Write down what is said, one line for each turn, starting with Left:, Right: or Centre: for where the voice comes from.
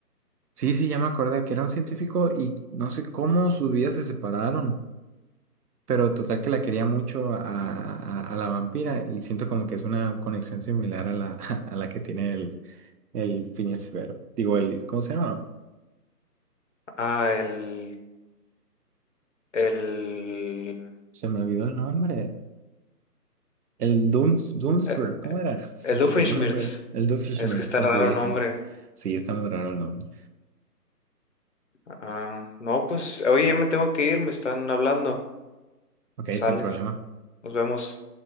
Right: Sí, sí, ya me acordé que era un científico y no sé cómo sus vidas se separaron. Pero total que la quería mucho a, a- a la vampira y siento como que es una conexión similar a la, <laughs> a la que tiene el, el Phineas y Ferb. Digo, el, ¿cómo se llama?
Left: Ah, el... El...
Right: Se me olvidó el nombre. El dooms Dunsfer,
Left: eh,
Right: ¿cómo era?
Left: El
Right: <laughs>
Left: Doofenshmirtz.
Right: Tenía un nombre, el Doofenshmirtz
Left: Es que está
Right: con
Left: raro
Right: su vieja.
Left: el nombre.
Right: Sí, está muy raro el nombre.
Left: Ah, no, pues, oye, ya me tengo que ir, me están hablando.
Right: Ok,
Left: Sale,
Right: sin problema.
Left: nos vemos.